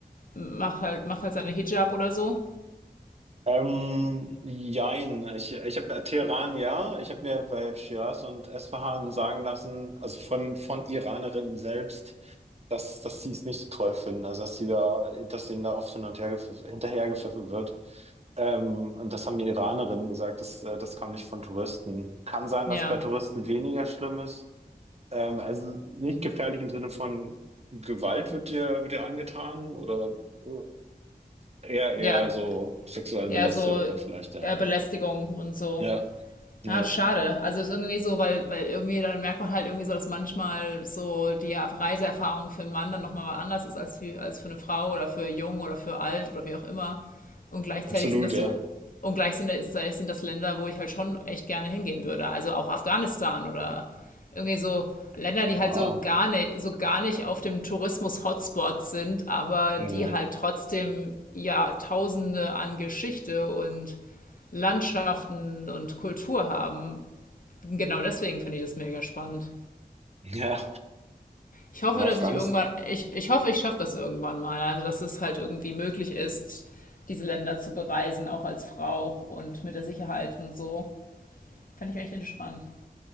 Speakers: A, on the left; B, on the right.
A: macht halt, macht halt seine Hijab oder so.
B: ähm, jein. Ich, ich habe äh, Teheran, ja. Ich habe mir bei Shiraz und Esfahan sagen lassen, also von, von Iranerinnen selbst, dass, dass sie es nicht so toll finden, also dass sie da, dass ihnen da oft hin und her gepfiffen, hinterhergepfiffen wird. Ähm, und das haben die Iranerinnen gesagt, das, äh, das kam nicht von Touristen. Kann sein,
A: Ja.
B: dass es bei Touristen weniger schlimm ist. Ähm, also nicht gefährlich im Sinne von Gewalt wird dir, wird dir angetan oder äh, eher, eher
A: Ja,
B: so sexuelle Belästigung
A: eher so,
B: dann vielleicht, ja.
A: eher Belästigung und so.
B: Ja, ja,
A: Ah, schade. Also ist irgendwie so, weil, weil irgendwie dann merkt man halt irgendwie so, dass manchmal so die Reiseerfahrung für einen Mann dann nochmal was anders ist als für, als für eine Frau oder für jung oder für alt oder wie auch immer. Und gleichzeitig
B: absolut,
A: sind das
B: ja.
A: so, und gleichzeitig sind das Länder, wo ich halt schon echt gerne hingehen würde. Also auch Afghanistan oder irgendwie so Länder, die
B: Ja,
A: halt so gar nicht, so gar nicht auf dem Tourismus-Hotspot sind, aber
B: ne.
A: die halt trotzdem Jahrtausende an Geschichte und Landschaften und Kultur haben Genau deswegen finde ich das mega spannend.
B: Ja,
A: Ich hoffe,
B: ja, Afghanistan.
A: dass ich irgendwann, ich, ich hoffe, ich schaffe das irgendwann mal. Also, dass es halt irgendwie möglich ist, diese Länder zu bereisen, auch als Frau und mit der Sicherheit und so. Fände ich echt spannend.